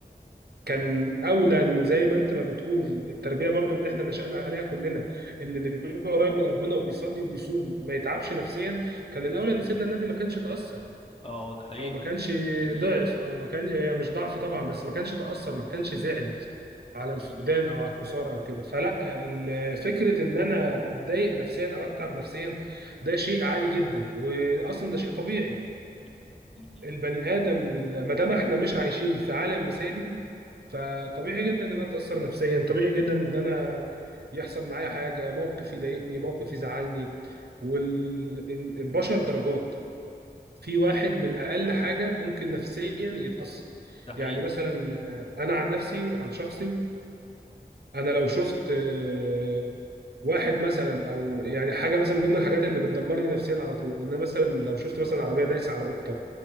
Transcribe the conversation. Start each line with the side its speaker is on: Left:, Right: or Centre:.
Right: كان اولى إن زي ما انت ما بتقول التربيه برضو اللي احنا نشأنا عليها كلنا ان اللي بيبقى قريب من ربنا وبيصلي وبيصوم ما يتعبش نفسيا كان الاولى ان سيدنا النبي ما كانش تأثر
Left: اه ده حقيقي
Right: او ما كانش
Left: م-
Right: ضعف
Left: م-
Right: او ما كان هي مش ضعف طبعا بس ما كانش تاثر ما كانش زعل على الفقدان
Left: م-
Right: او على الخساره او كده فلا ال- فكره ان انا اتضايق نفسيا او اتعب نفسيا ده شيء عادي جدا واصلا ده شيء طبيعي
Left: م- م- م.
Right: البني ادم ال- ما دام احنا مش عايشين في عالم مثالي فطبيعي جدا ان انا اتاثر نفسيا طبيعي جدا ان انا يحصل معايا حاجه موقف يضايقني موقف يزعلني والبشر درجات في واحد من اقل حاجه ممكن نفسيا يتاثر
Left: ده حقيقي
Right: يعني مثلا آه، انا عن نفسي عن شخصي انا لو شفت آه، واحد مثلا او يعني حاجه مثلا من ضمن الحاجات اللي بتدمرني نفسيا على طول ان أنا مثلا لو شفت مثلا عربيه دايسه على قطه